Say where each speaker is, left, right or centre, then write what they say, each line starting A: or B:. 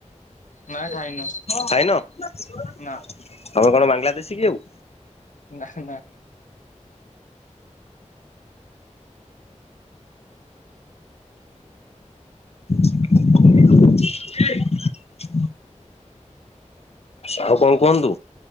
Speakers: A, on the left; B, on the left.
A: ନା ଖାଇନୁ
B: ଖାଇନ। ତମେ
A: ନା
B: କଣ ବାଂଲାଦେଶୀ କି ଆଉ?
A: ନା ନା।
B: <unintelligible> ଆଉ କଣ କୁହନ୍ତୁ